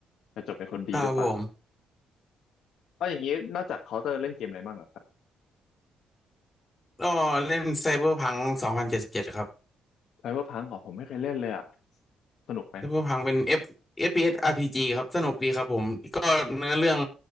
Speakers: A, on the left; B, on the left.
A: จะจบเป็นคนดีหรือเปล่า
B: ครับผม
A: เอาอย่างนี้นอกจากเคาน์เตอร์เล่นเกมอะไรบ้างอะครับ
B: ก็เล่นไซเบอร์พังสองพันเจ็ดสิบเจ็ดครับ
A: ไซเบอร์พังอ๋อผมไม่เคยเล่นเลยอะสนุกไหม
B: ไซเบอร์พังเป็น F เอฟพีเอสอาร p s RPG ครับสนุกดีครับผมก็เนื้อเรื่อง